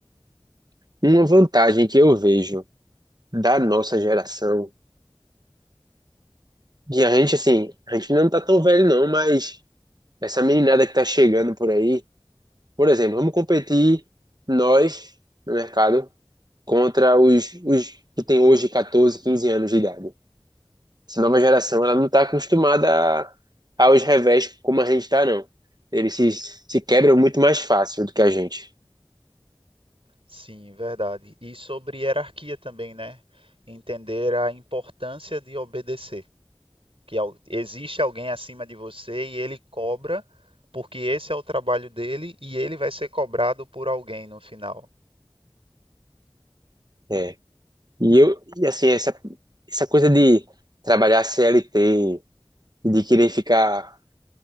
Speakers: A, on the right; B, on the right.
A: Uma vantagem que eu vejo da nossa geração, que a gente, assim, a gente não tá tão velho não, mas essa meninada que tá chegando por aí, por exemplo, vamos competir nós no mercado contra os, os que têm hoje 14, 15 anos de idade. Essa nova geração, ela não tá acostumada a- aos revés como a gente tá, não. Eles se, se quebram muito mais fácil do que a gente.
B: Sim, verdade. E sobre hierarquia também, né? Entender a importância de obedecer, que al- existe alguém acima de você e ele cobra, porque esse é o trabalho dele e ele vai ser cobrado por alguém no final.
A: É. E eu, e assim, essa, essa coisa de trabalhar CLT e de querer ficar.